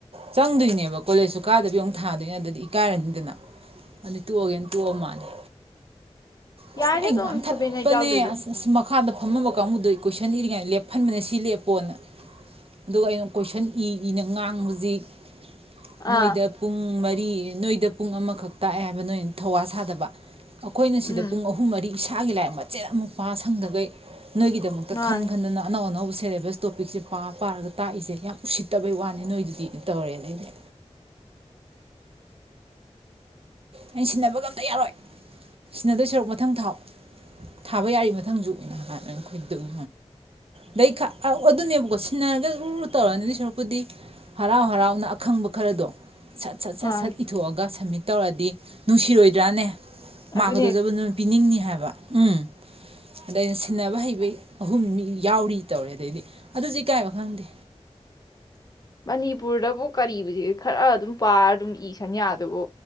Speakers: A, on the right (about 55°); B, on the left (about 35°).
A: ꯆꯪꯗꯣꯏꯅꯦꯕ ꯀꯣꯂꯦꯖꯁꯨ ꯀꯥꯗꯕꯤ ꯑꯃꯨꯛ ꯊꯥꯗꯣꯏꯅꯦ ꯑꯗꯨꯗꯤ ꯏꯀꯥꯏꯔꯅꯤꯗꯅ ꯑ ꯇꯣꯛꯑꯒꯦꯅ ꯇꯣꯛꯑ ꯃꯥꯜꯂꯦ ꯑꯁ
B: ꯌꯥꯔꯦ
A: ꯑꯩ
B: ꯑꯗꯨꯝ
A: ꯉꯥꯡꯊꯠꯄꯅꯦ
B: ꯁꯕꯦꯟ ꯑꯦꯇ ꯌꯥꯎꯗ꯭ꯔꯁꯨ
A: ꯑꯁ ꯑꯁ ꯃꯈꯥꯗ ꯐꯝꯃꯝꯕ ꯀꯥꯡꯕꯨꯗꯨꯣ ꯑꯩ ꯀꯣꯏꯁꯟ ꯏꯔꯤꯉꯥꯏꯗ ꯂꯦꯞꯐꯟꯕꯅ ꯁꯤ ꯂꯦꯞꯄꯣꯅ ꯑꯗꯨꯒ ꯑꯩꯅ ꯀꯣꯏꯁꯟ ꯏ ꯏꯅ ꯉꯥꯡꯕꯁꯤ ꯅꯣꯏꯗ
B: ꯑꯥ
A: ꯄꯨꯡ ꯃꯔꯤ ꯅꯣꯏꯗ ꯄꯨꯡ ꯑꯃꯈꯛ ꯇꯥꯛꯑꯦ ꯍꯥꯏꯕ ꯅꯣꯏꯅ ꯊꯧꯋꯥ ꯁꯥꯗꯕ ꯑꯩꯈꯣꯏꯅ ꯁꯤꯗ
B: ꯎꯝ
A: ꯑꯍꯨꯝ ꯃꯔꯤ ꯏꯁꯥꯒꯤ ꯂꯥꯏꯔꯤꯛ ꯃꯆꯦꯠ ꯑꯃꯨꯛ ꯄꯥ ꯁꯪꯗꯈꯩ ꯅꯣꯏꯒꯤꯗꯃꯛꯇ
B: ꯃꯥꯅꯦ
A: ꯈꯟ ꯈꯟꯗꯨꯅ ꯑꯅꯎ ꯑꯅꯥꯎꯕ ꯁꯦꯂꯦꯕꯁ ꯇꯣꯄꯤꯛꯁꯦ ꯄꯥ ꯄꯥꯔꯒ ꯇꯥꯛꯏꯁꯦ ꯌꯥꯝ ꯎꯁꯤꯠꯇꯕꯩ ꯋꯥꯅꯤ ꯅꯣꯏꯗꯨꯗꯤ ꯇꯧꯔꯦꯅꯦ ꯑꯩꯁꯦ ꯅ ꯁꯤꯟꯅꯕꯒ ꯑꯝꯇ ꯌꯥꯔꯣꯏ ꯁꯤꯟꯅꯗꯣꯏ ꯁꯔꯨꯛ ꯃꯊꯪ ꯊꯥꯎ ꯊꯥꯕ ꯌꯥꯔꯤ ꯃꯊꯪꯁꯨ ꯈꯣꯏꯗꯣꯛꯪ ꯑꯗꯩ ꯑꯗꯨꯅꯦꯕꯀꯣ ꯁꯤꯟꯅꯔꯒ ꯂ ꯇꯧꯔꯅꯤ ꯑꯗꯨꯏ ꯁꯔꯨꯛꯄꯨꯗꯤ ꯍꯔꯥꯎ ꯍꯔꯥꯎꯅ ꯑꯈꯪꯕ ꯈꯔꯗꯣ ꯁꯠ ꯁꯠ ꯁꯠ
B: ꯃꯥꯅꯦ
A: ꯁꯠ ꯏꯊꯣꯛꯑꯒ ꯁꯝꯃꯤꯠ ꯇꯧꯔꯗꯤ ꯅꯨꯡꯁꯤꯔꯣꯏꯗ꯭ꯔꯥꯅꯦ
B: ꯑꯗꯨꯗ
A: ꯗꯖꯕ ꯅꯣꯏ ꯄꯤꯅꯤꯡꯅꯤ ꯍꯥꯏꯕ ꯎꯝ ꯑꯗ ꯑꯩꯅ ꯁꯤꯟꯅꯕ ꯍꯩꯕꯩ ꯑꯍꯨꯝ ꯃꯤ ꯌꯥꯎꯔꯤ ꯇꯧꯔꯦ ꯑꯗꯩꯗꯤ ꯑꯗꯨꯗꯤ ꯏ ꯀꯥꯏꯕ ꯈꯪꯗꯦ
B: ꯃꯅꯤꯄꯨꯔꯗꯕꯨ ꯀꯔꯤꯕꯨꯁꯤ ꯈꯔ ꯑꯗꯨꯝ ꯄꯥꯔ ꯑꯗꯨꯝ ꯏ ꯁꯟꯌꯥꯗꯨꯕꯨ